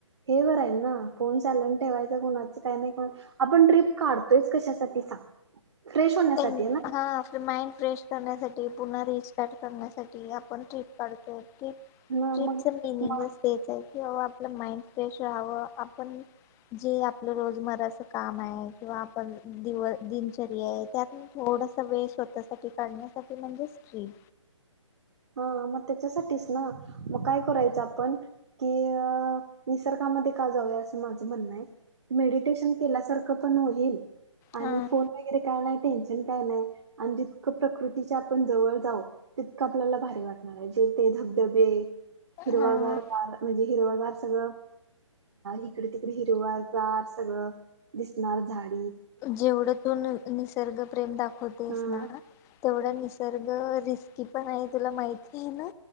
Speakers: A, on the right; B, on the left.
A: हे बरं आहे ना. फोन सॅलेंट ठेवायचा कुणाचं काय नाहि, आपण ट्रीप काढतोयचं कशासाठी सांग? फ्रेश होण्यासाठी
B: हा,
A: आहे ना
B: माइंड फ्रेश करण्यासाठी पुन्हा रिस्टार्ट करण्यासाठी. साठी आपण ट्रीप काढतोय, ट्रिपच
A: हा
B: मिनिंगचं
A: मग
B: तेच आहे. किंवा आपलं माइंड फ्रेश राहावं, आपण जे आपलं रोजमराच काम आहे किंवा आपण दिव- दिनचर्या आहेत. त्यात थोडस वेळ स्वतःसाठी काढण्यासाठी म्हणजेच ट्रीप.
A: हा मग त्यासाठी ना, मग काय करायच आपण कि अ निसर्गामध्ये? जाऊया असं माझं म्हणणं हाय, मेडिटेशन केल्यासारखं पण होईल. आणि
B: हां.
A: फोन वगैरे काय नाय टेन्शन काय नाय, आणि जितकं प्रकृतीच्या आपण जवळ जाऊ तितकं आप आपल्याला भारी वाटणारायं जे ते धबधबे हिरवागार
B: हा
A: वार म्हणजे ते सगळं इकडे तिकडे हिरवा गार सगळं दिसणार झाड
B: जेवढ तू न निसर्ग प्रेम दाखवतेस
A: हा
B: ना, ते वढ निसर्ग रिस्की पण आहे, तुला माहिती आहे ना?